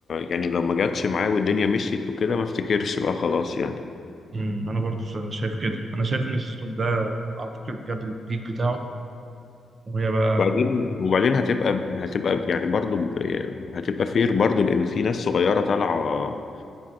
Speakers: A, on the left; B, on the right.
A: يعني لو ما جاتش معاه والدنيا مشيت وكده ما افتكرش بقى خلاص يعني
B: أمم، أنا برضو شايف كده أنا شايف إن السيزون ده أعتقد جاب البيك بتاعه وهي بقى
A: بعدين وبعدين هتبقى هتبقى يعني برضو ب- هتبقى فير برضو لان في ناس صغيرة طالعة